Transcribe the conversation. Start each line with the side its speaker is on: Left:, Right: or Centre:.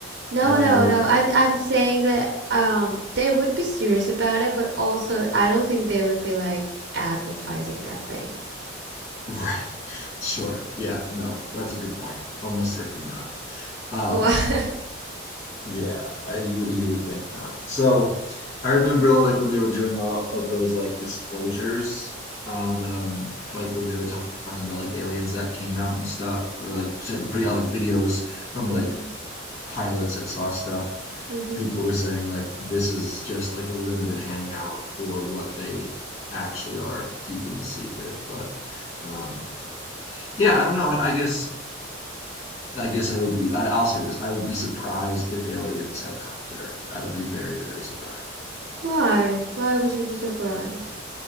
Right: No,
Left: oh
Right: no, no.
Left: okay
Right: I'm I'm saying that um they would be serious about it, but also I don't think they would be like advertising that thing.
Left: Right. Sure. Yeah. No, that's a good point. Almost certainly not. Um,
Right: Why? <laughs>
Left: yeah, I, you you would think not. So, I remember like when they were doing all of those like disclosures on um like when they were talk- talking about like aliens that came out and stuff, or like set- putting out like videos from like
Right: Mhm,
Left: pilots that saw stuff.
Right: mhm.
Left: People were saying like this is just like a limited hangout for what they actually are keeping a secret, but um, yeah, I don't know. I, I guess I guess I would be. I, I'll say this: I would be surprised if aliens have come to Earth. I would be very, very surprised.
Right: Why? Why would you be surprised?